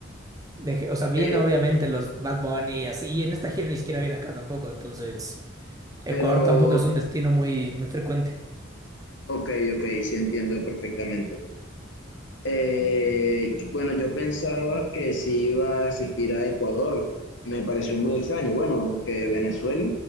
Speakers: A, on the right; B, on the left.
A: De, ge- o sea, vienen
B: Eh,
A: obviamente los Bad Bunny y así. Y en esta gira ni siquiera viene acá tampoco. Entonces, Ecuador
B: pero
A: tampoco es un destino muy, muy frecuente.
B: Ok, ok, sí entiendo perfectamente. Eh, bueno, yo pensaba que sí iba a asistir a Ecuador. Me pareció muy extraño. Bueno, que Venezuela